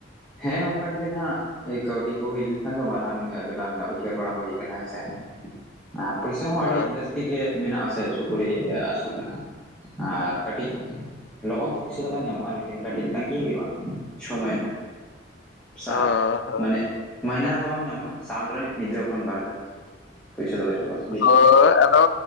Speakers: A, in the centre; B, on the left.
A: ᱦᱮᱸ ᱚᱱᱠᱟ ᱡᱩᱫᱤ ᱱᱟᱜ ᱠᱟᱹᱣᱰᱤ ᱠᱚ ᱦᱩᱭ ᱞᱮᱱᱠᱷᱟᱱ ᱫᱚ ᱢᱟᱨᱟᱝ ᱵᱮᱱᱟᱣ ᱨᱮᱱᱟᱜ ᱩᱭᱦᱟᱹᱨ ᱵᱟᱲᱟ ᱦᱩᱭ ᱟᱠᱟᱱᱟ ᱦᱮᱸᱥᱮ, ᱟ ᱯᱚᱭᱥᱟ ᱦᱚᱸ
B: ᱦᱳᱭ
A: ᱟᱹᱰᱤ ᱡᱟᱹᱥᱛᱤ ᱜᱮ ᱢᱮᱱᱟᱜ ᱟᱥᱮ ᱥᱩᱠ ᱠᱩᱨᱤ ᱟᱹᱥᱩᱞ ᱨᱮᱦᱚᱸ ᱟᱨ ᱠᱟᱹᱴᱤᱡ ᱞᱚᱜᱚᱱ ᱛᱚ ᱯᱩᱭᱥᱟ ᱫᱚ ᱵᱟᱝ ᱧᱟᱢᱚᱜ-ᱟ ᱠᱤᱱ ᱠᱟᱹᱴᱤᱡ ᱛᱟᱸᱜᱤ ᱦᱩᱭᱩᱜ-ᱟ ᱪᱷᱚ ᱢᱟᱹᱭᱱᱟ ᱥᱟᱞ
B: ᱦᱳᱭ
A: ᱢᱟᱱᱮ ᱢᱟᱹᱭᱱᱟᱹ ᱨᱮᱫᱚ ᱵᱟᱢ ᱧᱟᱢᱟ ᱥᱟᱞᱨᱮ ᱢᱤᱫ ᱫᱷᱟᱣ ᱠᱷᱚᱱ ᱵᱟᱨ ᱫᱷᱟᱣ ᱾ ᱯᱚᱭᱥᱟᱹ ᱫᱚ ᱦᱤᱡᱩᱜ-ᱟ ᱾
B: ᱦᱳᱭ ᱟᱫᱚ